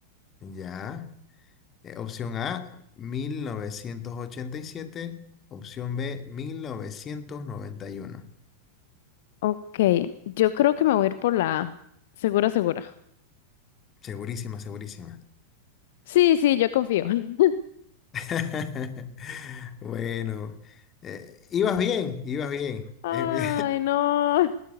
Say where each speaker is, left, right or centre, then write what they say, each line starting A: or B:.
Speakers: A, on the left; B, on the left.
A: Ya. Eh, opción A, 1987. Opción B, 1991.
B: Ok, yo creo que me voy a ir por la A. Segura, segura.
A: Segurísima, segurísima.
B: Sí, sí, yo confío. <laughs>
A: <laughs> Bueno, eh, ibas bien, ibas bien.
B: Ay,
A: Eh,
B: no.